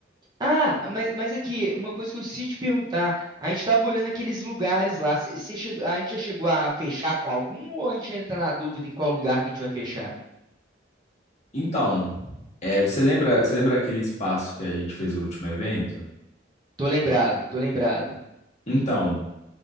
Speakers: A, on the right; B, on the left.
A: Ah, mas, mas aqui, uma coisa que eu preciso te perguntar, a gente tava olhando aqueles lugares lá, cê- cê chegou- a gente já chegou a fechar com algum ou a gente ainda tá na dúvida em qual lugar que a gente vai fechar?
B: Então, é, você lembra, você lembra aquele espaço que a gente fez o último evento?
A: Tô lembrado, tô lembrado.
B: Então,